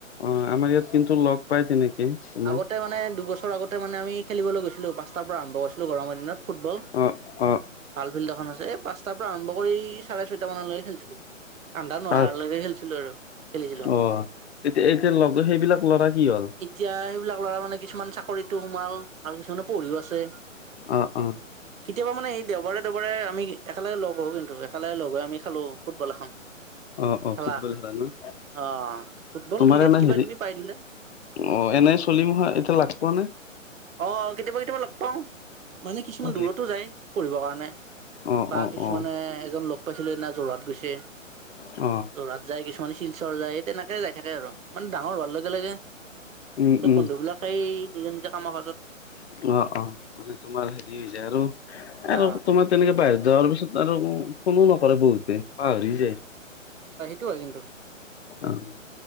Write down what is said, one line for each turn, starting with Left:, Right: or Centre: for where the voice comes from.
Left: অঁ আমাৰ ইয়াত কিন্তু লগ পাই তেনেকে। তোমাৰ
Right: আগতে মানে দুবছৰ আগতে মানে আমি খেলিবলৈ গৈছিলো, পাঁচটাৰ পৰা আৰম্ভ কৰিছিলো গৰমৰ দিনত ফুটবল।
Left: অঁ।
Right: ভাল ফিল্ড এখন আছে এই পাঁচ তাৰ পৰা আৰম্ভ কৰি চাৰে ছয়টা মানলৈ খেলিছিলোঁ আন্ধাৰ নোহোলৈকে
Left: তাত
Right: খেলিছিলোঁ আৰু খেলিছিলোঁ।
Left: অ তেতিয়া এতিয়া লগ সেইবিলাক ল'ৰা কি হ'ল?
Right: এতিয়া সেইবিলাক ল'ৰা মানে কিছুমান চাকৰিতো সোমাল, আৰু কিছুমানে পঢ়িও আছে।
Left: অ', অ'।
Right: কেতিয়াবা মানে এই দেওবাৰে দেওবাৰে আমি একেলগে লগ হওঁ কিন্তু একেলগে লগ হৈ আমি খেলোঁ ফুটবল এখন
Left: অ অ
Right: খেলা
Left: ফুটবল
Right: এখন
Left: ন
Right: অ', ফুটবল,
Left: তোমাৰ
Right: ক্ৰিকেট
Left: এনে
Right: কিবা
Left: হেৰি
Right: কিবি পাই দিলে।
Left: অ', এনেই চলিম হয়, এতিয়া লাগ পোৱা নাই।
Right: অ', কেতিয়াবা কেতিয়াবা লগ পাওঁ। মানে কিছুমান
Left: নে
Right: দূৰতো যায় পঢ়িবৰ কাৰণে
Left: অ
Right: বা
Left: অ
Right: কিছুমানে
Left: অ
Right: এজন লগ পাইছিলোঁ এইদিনা যোৰহাট গৈছে।
Left: অ'।
Right: যোৰহাট যায় কিছুমান শিলচৰ যায় তেনেকে যায় থাকে আৰু মানে ডাঙৰ হোৱাৰ লগে, লগে
Left: উম
Right: এই
Left: উম
Right: বন্ধুবিলাক‌ এই নিজৰ, নিজৰ কামৰ মাজত
Left: অ', অ', মানে তোমাৰ হেৰি হৈ যায় আৰু, আৰু
Right: অ
Left: তোমাৰ তেনেকে বাহিৰ যোৱাৰ পিছত আৰু ফোনো নকৰে বহুতে পাহৰি যায়।
Right: টো হয়, কিন্তু।
Left: অ',